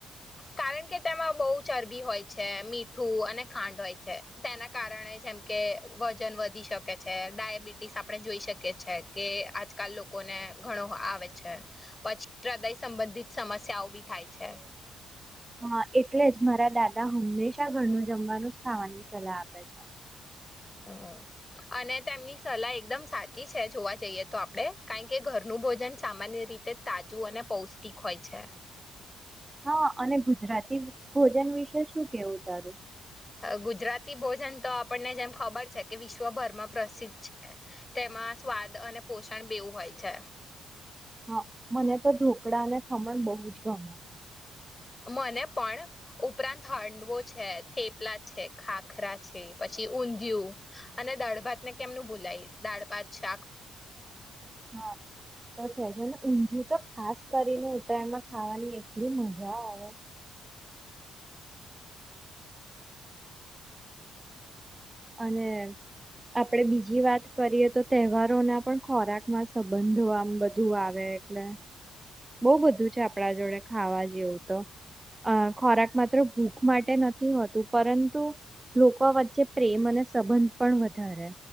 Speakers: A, on the left (about 25°); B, on the right (about 20°).
A: કારણ કે તેમાં બહુ ચરબી હોય છે મીઠું અને ખાંડ હોય છે તેના કારણે જેમ કે વજન વધી શકે છે ડાયાબિટીસ આપણે જોઈ શકીએ છે કે આજકાલ લોકોને ઘણો આવે છે પછી હ્રદય સંબંધિત સમસ્યાઓ બી થાય છે
B: હ એટલે જ મારા દાદા હંમેશા ઘરનું જમવાનું જ ખાવાની સલાહ આપે છે
A: હમ અને તેમની સલાહ એકદમ સાચી છે જોવા જઈએ તો આપડણે કારણ કે ઘરનું ભોજન સામાન્ય રીતે તાજું અને પૌષ્ટિક હોય છે
B: હા અને ગુજરાતી ભોજન વિશે શું કેવું તારું
A: ગુજરાતી ભોજન તો આપણને જેમ ખબર છે કે વિશ્વભરમાં પ્રસિદ્ધ છે તેમાં સ્વાદ અને પોષણ બેવું હોય છે
B: હા મને તો ઢોક કુકડા અને ખમણ બહુ જ ગમે
A: મને પણ ઉપરાંત હંડવો છે થેપલા છે ખાખરા છે પછી ઊંધિયું અને દાળભાતને કેમનું ભૂલાય દાળ ભાત છે આ
B: હા એ તો છે જ ઊંધયું તો ખાસ કરીને ઉત્તરાયણમાં ખાવાની એટલી મજા આવે અને આપડે બીજી વાત કરીએ તો તહેવારોના પણ ખોરાકમાં સંબંધ આમ બધું આવે એટલે બહુ બધું છે આપણા જોડે ખાવા જેવું તો અ ખોરાક માત્ર ભૂખ માટે નથી હોતું પરંતુ લોકો વચ્ચે પ્રેમ અને સંબંધ પણ વધારે